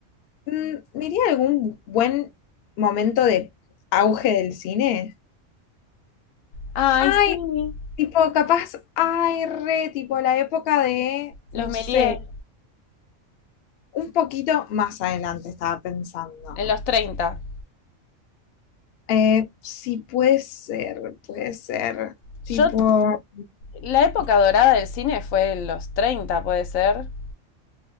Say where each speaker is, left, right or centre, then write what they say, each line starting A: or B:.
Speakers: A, on the left (about 60°); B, on the left (about 85°).
A: Mm, me iría a algún buen momento de auge del cine.
B: Ay,
A: Ay,
B: sí,
A: tipo, capaz, ay, re, tipo, la época de,
B: los
A: no
B: Méliès.
A: sé, un poquito más adelante estaba pensando.
B: En los 30.
A: Eh, sí, puede ser, puede ser,
B: Yo,
A: tipo,
B: la época dorada del cine fue en los 30, puede ser.